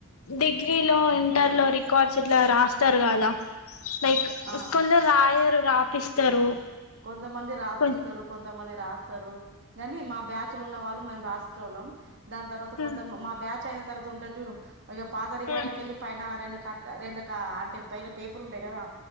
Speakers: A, on the left; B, on the right.
A: డిగ్రీలో ఇంటర్
B: ఆ
A: లో రికార్డ్స్ ఇలా రాస్త ఇస్తారు కదా లైక్
B: ఆ
A: కొందరు రాయరు రాపిస్తారు
B: కొంతమంది రాపిస్తారు
A: కొ
B: కొంతమంది రా కానీ మా బ్యాచ్లు ఉన్న వాళ్ళు మేము రాసిళ్ళం దాని తర్వాత
A: మ్మ్
B: కొంత మా బ్యాచ్ అయినా తర్త ఉంటా చూడు అ పాత అకాార్లకిళ్ళలి
A: మ్మ్
B: పైన క రెండ అంటే పైన పేపర్ ఉంటాయి కదా